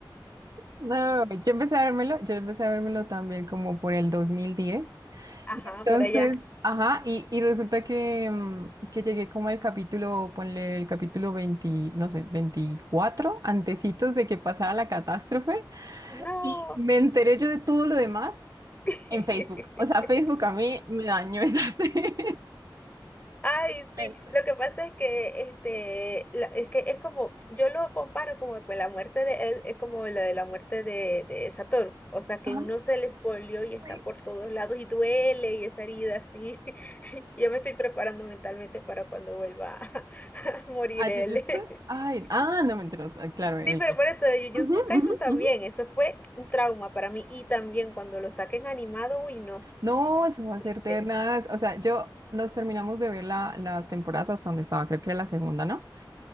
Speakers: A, on the right; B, on the left.
A: No, yo empecé a vérmelo, yo empecé a vérmelo también como por el 2010.
B: Ajá,
A: Y entonces,
B: por allá.
A: ajá, y, y resulta que, mm, que llegué como al capítulo, ponle el capítulo 20, no sé, 24, antecitos de que pasara la catástrofe.
B: No.
A: Y me enteré yo de todo lo demás
B: <laughs>
A: en Facebook. O sea, Facebook a mí me dañó esa serie.
B: Ay, sí,
A: <laughs>
B: lo que pasa es que este la- es que es como yo lo comparo como con la muerte de él es como la de la muerte de de Satoru, o sea, que
A: Ajá,
B: uno se le espolió y está
A: sí.
B: por todos lados y duele y esa herida así. <laughs> Yo me estoy preparando mentalmente para cuando vuelva a, <laughs> a morir
A: ¿A
B: él.
A: Jujutsu? Ay,
B: <laughs>
A: ah, no me enteras. Claro, el...
B: Sí, pero
A: el-
B: por eso de Jujutsu
A: Ujú,
B: Kaisen
A: ujú,
B: también,
A: ujú.
B: eso fue un trauma para mí y también cuando lo saquen animado, uy, no,
A: No, eso va a
B: triste.
A: ser ternas. O sea, yo nos terminamos de ver la- las temporadas hasta donde estaba, creo que era la segunda, ¿no?